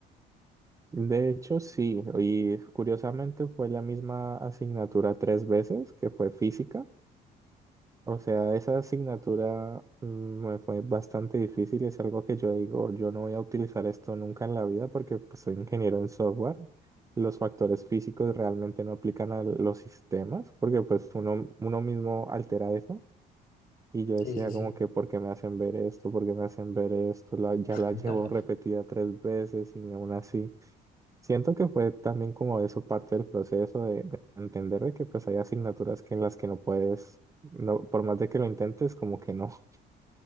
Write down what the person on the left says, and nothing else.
Sí,
sí, sí.
<laughs>